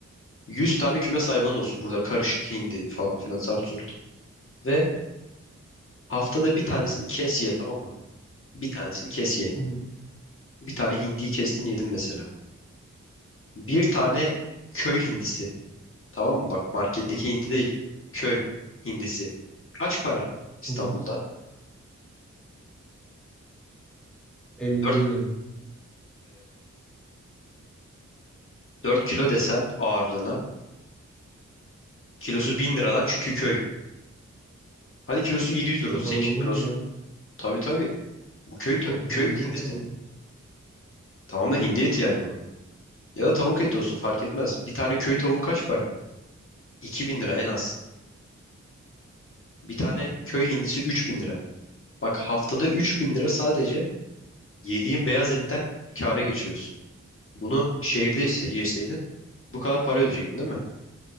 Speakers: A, on the left; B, in the centre.
A: Yüz tane kümes hayvanın olsun. Burada karışık hindi falan filan zart zurt. Ve haftada bir tanesini kes ye tamam mı? Bir tanesini kes ye.
B: hı hı,
A: Bir tane hindiyi kestin yedin mesela. Bir tane köy hindisi. Tamam mı? Bak marketteki hindi değil. Köy hindisi. Kaç para İstanbul'da?
B: hı hı. Emin
A: dört
B: değilim.
A: dört kilo desen ağırlığına. Kilosu bin liradan çünkü köy. Hadi kilosu 700 lira
B: O
A: olsun,
B: kadar
A: 800
B: olur
A: lira
B: mu
A: olsun.
B: ya?
A: Tabii tabii. Bu köy tö-
B: Abi kırmızı
A: köy hindisi.
B: et mi bu?
A: Tamam da hindi eti yani bu. Ya da tavuk eti olsun fark etmez. Bir tane köy tavuğu kaç para? 2000 lira en az. Bir tane köy hindisi 3000 lira. Bak haftada 3000 lira sadece yediğin beyaz etten kâra geçiriyorsun. Bunu şehirde ise- yeseydin bu kadar para ödeyecektin değil mi?